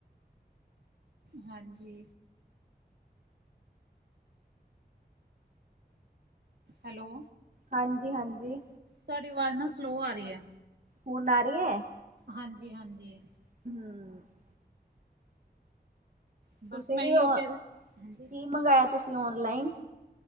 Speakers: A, on the right; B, on the right.
A: ਹਾਂਜੀ। ਹੈਲੋ।
B: ਹਾਂਜੀ-ਹਾਂਜੀ।
A: ਤੁਹਾਡੀ ਆਵਾਜ਼ ਨਾ ਸਲੋਉ ਆ ਰਹੀ ਐ।
B: ਹੁਣ ਆ ਰਹੀ ਐ?
A: ਹਾਂਜੀ-ਹਾਂਜੀ।
B: <unintelligible>
A: ਬਸ
B: ਤੁਸੀਂ
A: ਮੈਂ
B: ਵੀ
A: ਇਓ
B: ਉ,
A: ਕਹਿ ਰਹੀ ਹਾਂਜੀ
B: ਕੀ ਮੰਗਾਇਆ ਤੁਸੀਂ ਔਨਲਾਈਨ?